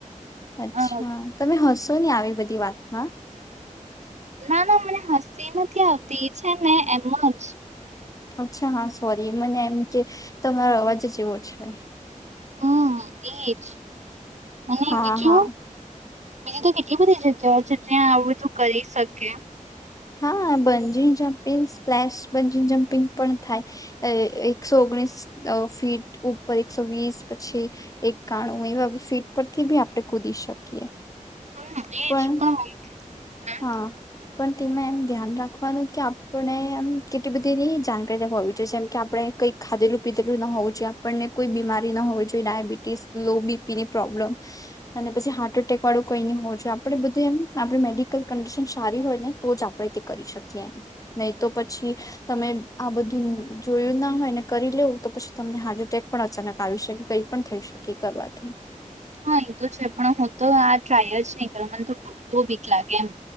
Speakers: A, on the left; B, on the right.
A: અચ્છા
B: અ
A: તમે હશો. શુંની આવી બધી વાતમાં
B: ના ના મને હસી નથી આવતી છે ને એમ જ.
A: અચ્છા હા સોરી મને એમ કે તમારો અવાજ એવો છે
B: હમ એજ અને
A: હા
B: બીજું?
A: હા
B: બીજી તો કેટલી બધી જગ્યાઓ છે ત્યા આવું તું કરી શકે.
A: હા બંજી જમ્પિંગ સ્પલેશ બંજીિંગ જમ્પિંગ પણ થાય એકસો ઓગણીસ ફીટ ઉપર એકસો વીસ પછી એક કાણું એવા ફીટ પરથી બી આપણે કૂદી શકીએ.
B: હમ એજ
A: પણ
B: પણ. હું
A: હા. પણ તેમાં એમ ધ્યાન રાખવાનું કે આપણે એમ કેટલી બધી જાણકારી હોવી જોઈએ જેમ કે આપણેે કંઈક ખાધેલું પીધેલું ના હોવું જોઈએ આપણને કોઈ બીમારી ના હોવી જોઈએ ડાયાબિટીસ લો બીપી ની પ્રોબ્લેમ અને પછી હાર્ટ એટેક વાળું કઈ ન હોવું જોઈએ આપે બધું એમ આપણે મેડ કઈ કંડિશન સારી હોય ને તો જ આપણેે તે કરી શકીએ એમ નહી તો પછી તમે આ બધું જોયું ના હોય ને કરી લેવું તો પછી તમને હાર્ટ એટેક પણ અચાનક આવી શકે કઈ પણ થઈ શકે. કરવાથી
B: હા એ તો છે પણ તો આ ટ્રાય જ નહી કરો મને તો બહુ વીક લાગે એમ